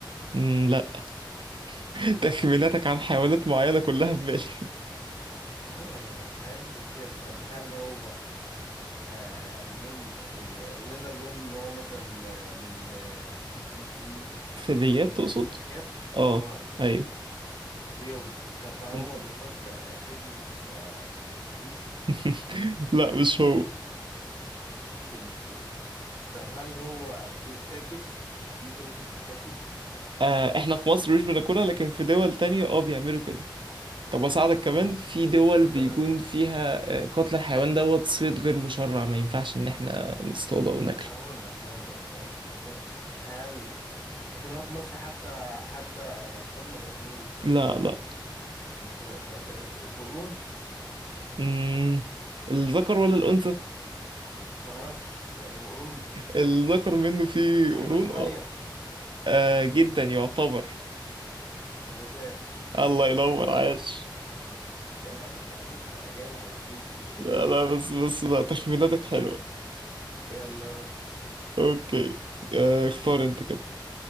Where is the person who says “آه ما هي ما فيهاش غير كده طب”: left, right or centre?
Left